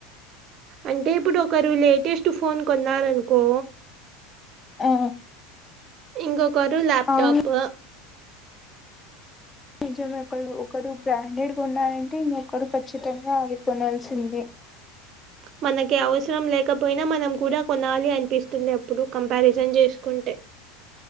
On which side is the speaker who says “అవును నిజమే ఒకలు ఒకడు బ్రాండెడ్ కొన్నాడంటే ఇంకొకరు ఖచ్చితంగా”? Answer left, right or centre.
Left